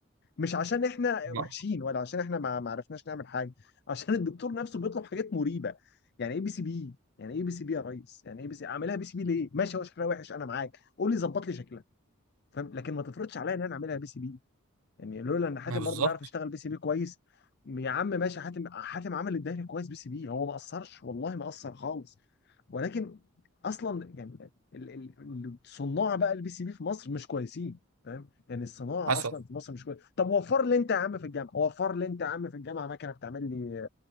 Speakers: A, on the left (about 50°); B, on the right (about 85°).
A: مش عشان احنا
B: ما
A: وحشين ولا عشان احنا ما ما عرفناش نعمل حاجه عشان الدكتور نفسه بيطلب حاجات مريبه يعني ايه بي سي بي يعني ايه بي سي بي يا ريس يعني ايه بي سي اعملها بي سي بي ليه ماشي هو شكلها وحش انا معاك قول لي ظبط لي شكلها فاهم لكن ما تفرضش عليا ان انا اعملها بي سي بي يعني لولا ان حاتم
B: ما بالظبط
A: برضه بيعرف يشتغل بي سي بي كويس يا عم ماشي حاتم حاتم عمل الدوري كويس بي سي بي هو ما قصرش والله ما قصر خالص ولكن اصلا يعني ال- ال- الصناع بقى البي سي بي في مصر مش كويسين فاهم يعني الصناعه
B: حصل
A: اصلا في مصر مش كويس طب وفر لي انت يا عم في الجامعه وفر لي انت يا عم في الجامعه مكنه بتعمل لي